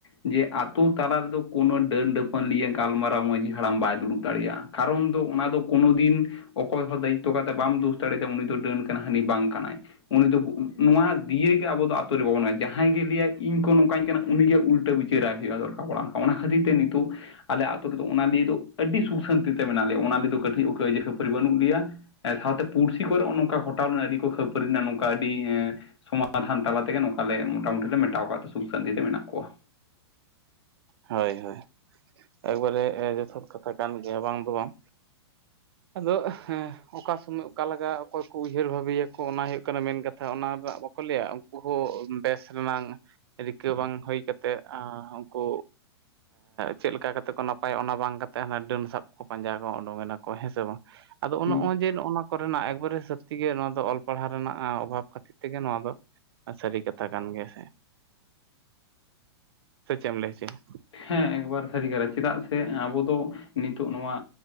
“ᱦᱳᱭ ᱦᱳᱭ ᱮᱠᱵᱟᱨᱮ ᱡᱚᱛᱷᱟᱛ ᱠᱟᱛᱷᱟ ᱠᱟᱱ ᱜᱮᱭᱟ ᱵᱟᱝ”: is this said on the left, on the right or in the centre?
Right